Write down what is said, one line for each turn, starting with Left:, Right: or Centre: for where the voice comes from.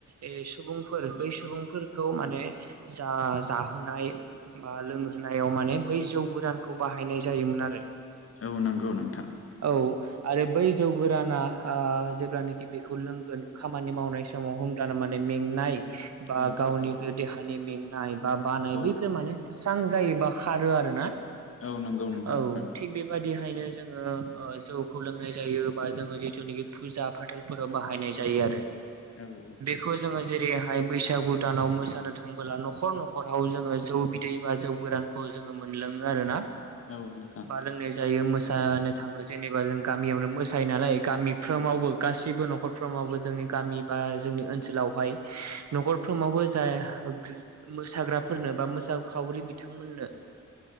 Right: ए सुबुंफोर बै सुबुंफोरखौ माने जा जाहोनाय बा लोंहोनायाव माने बै जौ गदानखौ बाहायनाय जायोमोन आरो।
Left: औ नंगौ नोंथां।
Right: औ आरो बै जौ गोराना जेब्लानाखि बेखौ लोंगोन खामानि मावनाय समाव समाव होमब्ला माने मेंनाय बा
Left: औ
Right: गावनि
Left: औ
Right: देहानि मेंनाय बा बानाय
Left: औ
Right: बैफोर माने स्रां जायोबा खारो आर ना
Left: औ नंगौ नोंथां
Right: औ
Left: नंगौ
Right: थिग बे बे बायदिहायनो जोङो जौ। खौ लोंनाय जायो बा जोङो जिथुनाखि फुजा फाथालफोराव बाहायनाय जायो आरो।
Left: औ औ।
Right: खौ जोङो जेरैहाय बैसागु दानाव मोसानो थाखायाङो नबोला न'खर न'खराव जोङो जौ बिदै बा जौ गोरानखौ जोङो मोनलोङो आरोना
Left: औ नोंथां
Right: बा लोंनाय जायो मोसानो थाङो जेनेबा जों गामियावनो मोसायो नालाय गामि फ्रामावबो
Left: औ औ
Right: गासिबो न'खर मावबो जोंनि गामि बा जोंनि ओनसोलावहाय न'खरफ्रोमावबो जाय मोसाग्राफोरनो बा मोसाखावरि बिथांमोननो